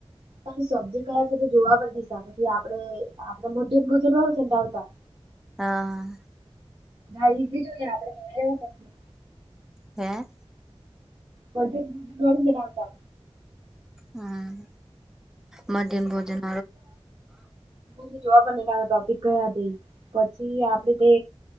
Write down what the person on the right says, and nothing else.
ત શબ્દ કયા છે તો જોવા પર દસા પછી આપડે આપડ મધ્યમ ભધ વાળ સંટાડતા
હા ઈઝી જોઈએ આપડે જોવું પ
વધધ બધુ વરું રા આવતા
ને જોવાને નાના ટોપિક ગયા હતી પછી આપણેે તે